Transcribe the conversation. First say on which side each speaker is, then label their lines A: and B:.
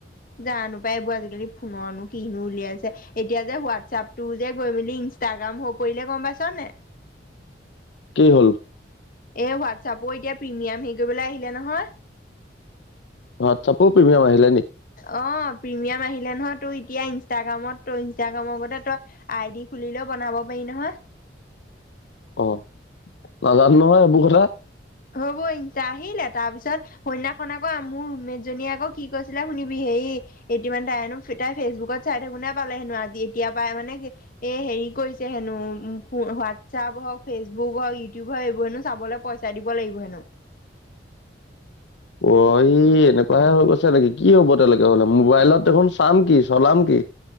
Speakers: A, on the left; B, on the left.
A: জান নোাপায় এইবোৰ আজিকালি ফোনৰনো কিনো উলিয়াইছে এতিয়া যে হোৱাটছপ টো যে গৈ মেলি ইষ্টাগ্ৰাম হৈ পৰিলে গম পাইছ নে?
B: কি হ'ল?
A: এ হোৱাটছআপো এতিয়া প্ৰিমিয়াম হেৰি কৰিবলৈ আহিলে নহয়।
B: ৱাটচাপোৰ প্ৰিমিয়ম আহিলে?
A: অ প্ৰিমিয়াম আহিলে নহয় তোৰ এতিয়া ইনষ্টাগ্ৰামত তই ইনষ্টাগ্ৰামৰতে তই। আই দি খুলিলেও বনাব পাৰি নহয়।
B: অ নাজানো নহয় এইবোৰ কথা।
A: হ'ব ইা আহিলে তাৰপিছত। কইন্যখন আকৌ মোৰ ৰোমমেত জনীয়ে আকৌ কি কৈছিলে শুনিবি হেই। এতিয়া মানে তাইনো তাই ফেচবুকত চাই থাকো নে পালে হেনো আজি এতিয়া পাই মানে। এ হেৰি কৰিছে হেনো উ হোৱাটছআপ হওক ফেচবুক হওক ইউটিউব হওক এইবোৰ হেনো চাবলৈ পই। চাই দিব লাগিব হেনো।
B: অহি এনেকুৱাহে হৈ গৈছে নেকি কি হব তেনেকে হলে মোবাইলত দেখোন চাম কি? চলাম কি?